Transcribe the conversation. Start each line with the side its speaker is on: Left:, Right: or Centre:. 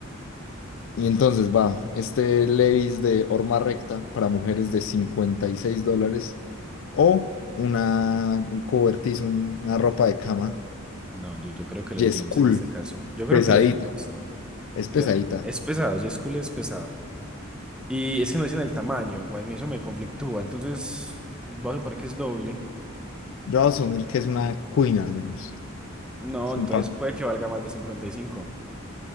Left: Y entonces va, este Levi's de horma recta para mujeres de 56 dólares o una, un cobertizo, un- una ropa de cama.
Centre: No, yo, yo creo que los
Left: Yes,
Centre: jeans
Left: cool,
Centre: en este caso. Yo creo
Left: pesadita,
Centre: que los jeans.
Left: es pesadita.
Centre: yo- es pesado, J. School es pesado. Y es que no dicen el tamaño, pues, y eso me conflictúa. Entonces, voy a suponer que es doble.
Left: Yo voy a asumir que es una queen al menos.
Centre: No,
Left: Es
Centre: entonces
Left: un par-
Centre: puede que valga más de cincuenta y cinco